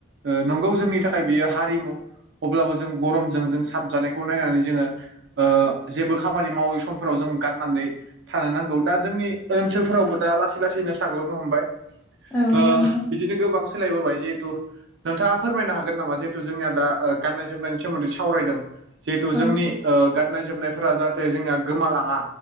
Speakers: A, on the right (about 65°); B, in the centre.
A: ओ नंगौ जोंनि थाखाय बियो हारिमु अब्लाबो जों गरमजों जों साबजानायखौ नायनानै जोङो ओ जेबो खामानि मावै समफोराव जों गाननानै थानो नांगौ दा जोंनि ओनसोलफोरावबो दा लासै लासैनो साग्लोबनो हमबाय।
B: औ नंगौ
A: ओ
B: नोंथां
A: बिदिनो गोबां सोलायबोबाय जिहेथु नोंथाङा फोरमायनो हागोन नामा जिहेथु जोंनिया दा ओ गाननाय जोमनायनि सोमोन्दै सावरायदों जिहेथु
B: औ
A: जोंनि ओ गाननाय जोमनायफोरा जाहाथे जोंनिया गोमालाङा